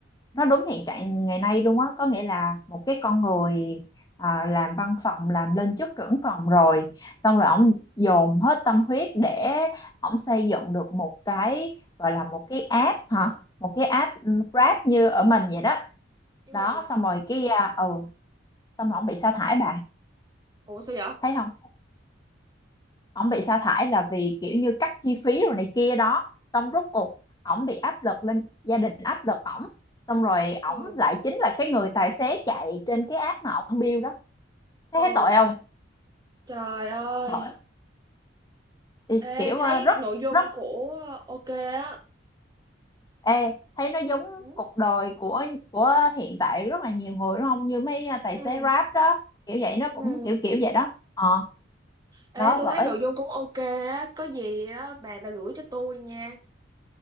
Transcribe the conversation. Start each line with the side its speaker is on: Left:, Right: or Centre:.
Left: nó đúng hiện trạng ngày nay luôn á có nghĩa là một cái con người à, làm văn phòng làm lên chức trưởng phòng rồi xong rồi ổng dồn hết tâm huyết để ổng xây dựng được một cái gọi là một cái app hả một cái app Grab như ở mình vậy đó
Right: Ừ.
Left: đó xong rồi cái à, ừ xong rồi ổng bị sa thải bà
Right: Ủa sao vậy?
Left: thấy không ổng bị sa thải là vì kiểu như cắt chi phí rồi này kia đó xong rốt cuộc ổng bị áp lực lên gia đình áp lực ổng xong rồi ổng
Right: Ừ.
Left: lại chính là cái người tài xế chạy trên cái app mà ổng build đó thế
Right: Ừ.
Left: thấy tội không
Right: Trời ơi.
Left: bởi thì
Right: Ê
Left: kiểu
Right: thấy
Left: ờ, rất
Right: nội dung
Left: rất
Right: của ok á.
Left: ê thấy nó giống
Right: Ừ.
Left: cuộc đời của của hiện tại rất là nhiều người đúng không như mấy ờ, tài
Right: Ừ.
Left: xế Grab đó kiểu vậy nó
Right: Ừ.
Left: cũng kiểu kiểu vậy đó ờ
Right: Ê
Left: đó
Right: tôi
Left: bởi
Right: thấy nội dung cũng ok á, có gì á bà bà gửi cho tôi nha,